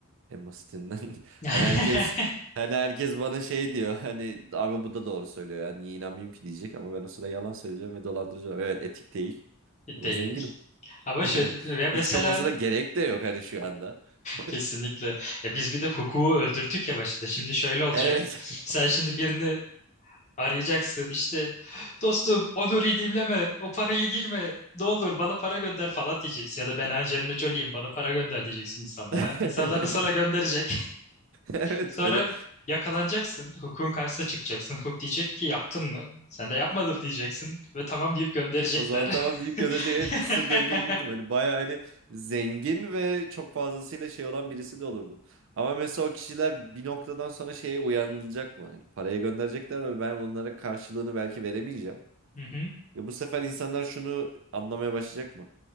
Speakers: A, on the right; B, on the left.
A: en basitinden. <laughs>
B: <laughs>
A: Hani herkes hani herkes bana şey diyor. Hani abi bu da doğru söylüyor ya. Niye inanmayayım ki diyecek ama ben o sıra yalan söyleyeceğim ve dolandırıcı olacağım. Evet etik değil ama
B: Değil.
A: zenginim.
B: Ama
A: <laughs>
B: şöyle ya mesela
A: Etik olmasına gerek de yok hani şu anda. <laughs>
B: kesinlikle ya biz bir de hukuku öldürdük ya başta. Şimdi şöyle olacak.
A: Evet.
B: Sen şimdi birini arayacaksın işte dostum onu redeemleme o parayı girme ne olur bana para gönder falan diyeceksin ya da ben Angelina Jolie'yim bana para gönder diyeceksin insanlara.
A: <laughs>
B: İnsanlar da sana gönderecek.
A: Evet
B: Sonra
A: hani
B: yakalanacaksın. Hukukun karşısına çıkacaksın. Hukuk diyecek ki yaptın mı? Sen de yapmadım diyeceksin. Ve tamam deyip gönderecekler.
A: o zaman tamam deyip gönderecek. Evet
B: <laughs>
A: kısır döngüye girdim. Hani baya hani zengin ve çok fazlasıyla şey olan birisi de olurdum. Ama mesela o kişiler bir noktadan sonra şeye uyanılacak mı? Hani paraya gönderecekler ve ben onlara karşılığını belki veremeyeceğim.
B: Hı hı.
A: Ve bu sefer insanlar şunu anlamaya başlayacak mı?